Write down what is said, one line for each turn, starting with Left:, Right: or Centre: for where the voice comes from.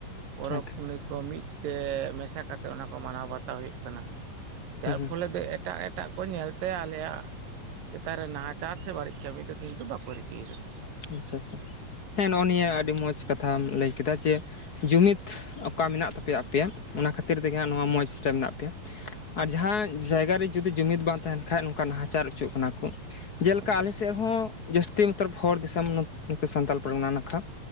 Right: ᱯᱚᱨᱚᱵᱽ
Left: ᱮᱠᱷᱟᱱ
Right: ᱯᱩᱱᱟᱹᱭ ᱠᱚ ᱢᱤᱫ ᱛᱮ ᱢᱮᱥᱟ ᱠᱟᱛᱮᱫ ᱚᱱᱟ ᱠᱚ ᱢᱟᱱᱟᱣ ᱵᱟᱛᱟᱣ ᱦᱩᱭᱩᱜ ᱠᱟᱱᱟ᱾ ᱡᱟᱨ
Left: ᱦᱩᱸ ᱦᱩᱸ
Right: ᱯᱷᱚᱞᱮ ᱫᱚ ᱮᱴᱟᱜ ᱮᱴᱟᱜ ᱠᱚ ᱧᱮᱞᱛᱮ ᱟᱞᱮᱭᱟᱜ ᱪᱮᱛᱟᱱ ᱨᱮ ᱱᱟᱦᱟᱪᱟᱨ ᱥᱮ ᱵᱟᱹᱲᱤᱡ ᱠᱟᱹᱢᱤ ᱫᱚ ᱠᱤᱱᱛᱩ ᱵᱟᱠᱚ ᱨᱤᱠᱟᱹᱭ ᱫᱟᱠᱚ᱾
Left: ᱟᱪᱪᱷᱟ ᱟᱪᱪᱷᱟ, ᱦᱮᱸ ᱱᱚᱜ - ᱚ ᱱᱤᱭᱟᱹ ᱟᱹᱰᱤ ᱢᱚᱸᱡᱽ ᱠᱟᱛᱷᱟᱢ ᱞᱟᱹᱭ ᱠᱮᱫᱟ ᱡᱮ ᱡᱩᱢᱤᱫ ᱚᱠᱟ ᱢᱮᱱᱟᱜ ᱛᱟᱯᱮᱭᱟ ᱟᱯᱮᱭᱟᱜ ᱚᱱᱟ ᱠᱷᱟᱹᱛᱤᱨ ᱛᱮᱜᱮ ᱦᱟᱸᱜ ᱱᱚᱣᱟ ᱢᱚᱸᱡᱽ ᱨᱮ ᱢᱮᱱᱟᱜ ᱯᱮᱭᱟ᱾ ᱟᱨ ᱡᱟᱦᱟᱸ ᱡᱟᱭᱜᱟ ᱨᱮ ᱡᱩᱫᱤ ᱡᱩᱢᱤᱫ ᱵᱟᱝ ᱛᱟᱦᱮᱱ ᱠᱷᱟᱡ ᱱᱚᱝᱠᱟ ᱱᱟᱦᱟᱪᱟᱨ ᱦᱚᱪᱚᱜ ᱠᱟᱱᱟ ᱠᱚ᱾ ᱡᱮᱞᱮᱠᱟ
Right: ᱮᱠᱫᱚᱢ
Left: ᱟᱞᱮ ᱥᱮᱫ ᱨᱮᱦᱚᱸ ᱡᱟᱹᱥᱛᱤ ᱢᱚᱛᱞᱚᱵ ᱦᱚᱲ ᱫᱤᱥᱚᱢ ᱱᱚᱛᱮ ᱥᱟᱱᱛᱟᱲ ᱯᱟᱨᱜᱟᱱᱟ ᱱᱟᱠᱷᱟ